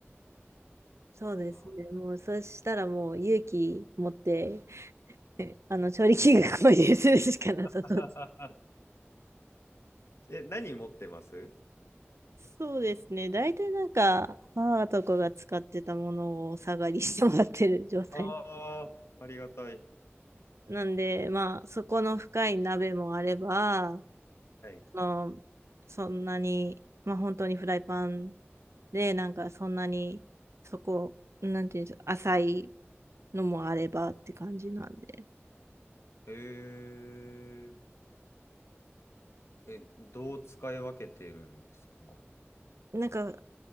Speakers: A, on the right; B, on the left.
A: そうですね。
B: バ
A: もう、そしたらもう勇気持って、あの、調理器具購入するしかなさそうです。
B: ー <laughs> え、何持ってます
A: そうですね。大体なんか、母とかが使ってたものをお下がりしてもらってる状態。
B: ああー、ありがたい。
A: なんで、まあ、そこの深い鍋もあれば、あ
B: はい。
A: の、そんなに、まあ、本当にフライパンで、なんかそんなに、そこ、なんていうんですか、浅いのもあればって感じなんで。
B: えー、え、どう使い分けてるんですか
A: なんか、